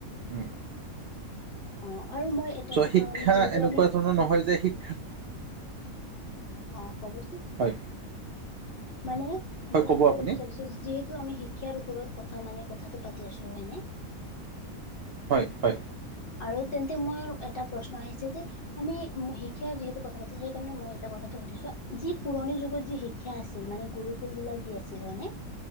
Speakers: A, on the right; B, on the left.
A: উম।
B: অ আৰু মই এটা
A: চ
B: কথা
A: শিক্ষা
B: মানে যিহেতু
A: এনেকুৱা
B: আমি
A: ধৰণৰ নহয় যে শিক্ষা
B: অ কবচোন।
A: হয়
B: মানে
A: হয়
B: মই এইটো কব
A: আপুনি
B: বিচাৰিছো যিহেতু আমি শিক্ষাৰ ওপৰত কথা মানে কথাটো পাতি আছো হয় নে?
A: হ'য়, হ'য়।
B: আৰু তেন্তে মইৰ এটা প্ৰশ্ন আহিছে যে আমি শিক্ষা যিহেতু কথা পাতিছো সেইকাৰণে মই এটা কথাটো সুধিছো, যি পুৰণি যুগত যি সেয়া আছিল মানে গুৰুকুল বিলাক যি আছিল হয় নে?